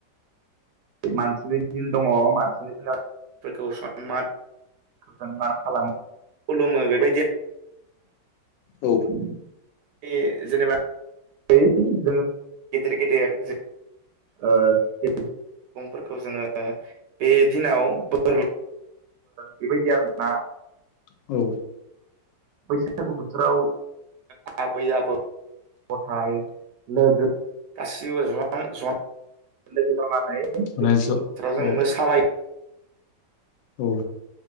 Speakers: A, on the right; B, on the left.
A: मानसिनि दिन दङ मानसिनि दिनाव <unintelligible> सनमानमान खालामो खुलुमो बेबायदि
B: औ
A: <unintelligible> जेनेबा जों गेदिर गेदेर ओ सुबुंफोरखौ जोङो बे दिनाव बोर बेबायदि आरोना
B: औ
A: बैसागु बोथोराव आबै आबौ गथाय लोगो गासिबो लोगो जनानै नै बैसागु बोथोराव
B: रायज' औ
A: जों
B: औ
A: मोसालायो
B: औ